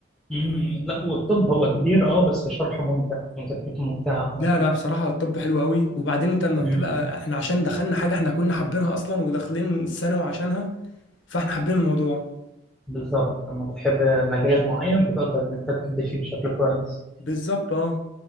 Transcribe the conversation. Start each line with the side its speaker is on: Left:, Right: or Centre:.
Centre: أمم، لا هو الطب هو كبير أه بس شرحه ممتع ومذاكرته ممتعة مثلا
Left: لا لا بصراحة الطب حلو قوي وبعدين انت لما
Centre: أمم،
Left: بتبقى احنا عشان دخلنا حاجة احنا كنا حابينها اصلا وداخلين الثانوي عشانها فاحنا حابين الموضوع
Centre: بالظبط لما بتحب مجال معين بتقدر إن أنت تأدي فيه بشكل كويس
Left: بالظبط اه